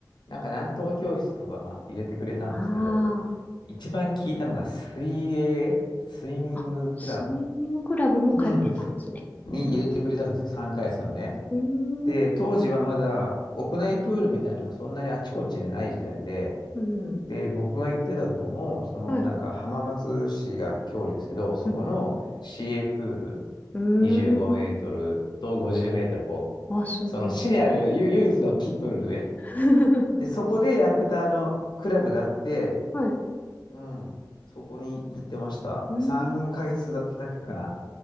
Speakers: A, on the left (about 85°); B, on the left (about 20°).
A: なんかなんとか教室とか、まあ、入れてくれたんですけど、
B: あー
A: 一番聞いたのが水泳、スイミングクラブ
B: あ、スイミングクラブも通ってたんですね。
A: うんに入れてくれたんですよ、3ヶ月間ね。
B: うー
A: で、
B: ん。
A: 当時はまだ屋内プールみたいなのがそんなにあちこちにない時代で、
B: うん。
A: で、僕が行ってたとこも、そのなんか浜松市が郷里ですけど、
B: はい。
A: そこの市営プール
B: うん。うー
A: 25メートルと50メートル、
B: ん。
A: こう、
B: あ、すごい。
A: その市にある唯唯一の木プールで、
B: <laughs>
A: で、そこでやってたあのクラブがあって、
B: はい。<laughs>
A: うん。そこに行ってました。
B: うーん。
A: 3ヶ月だ、だけかな。